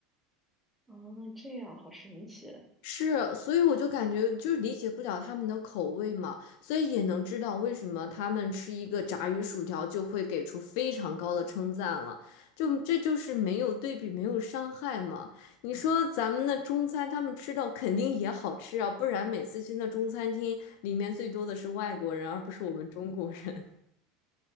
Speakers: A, in the centre; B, on the left.
A: 啊，这样好神奇，
B: 是，所以我就感觉就是理解不了他们的口味嘛，所以也能知道为什么他们吃一个炸鱼薯条就会给出非常高的称赞了，就这就是没有对比，没有伤害嘛。你说咱们的中餐，他们吃到肯定也好吃啊，不然每次去那中餐厅里面最多的是外国人，而不是我们中国人。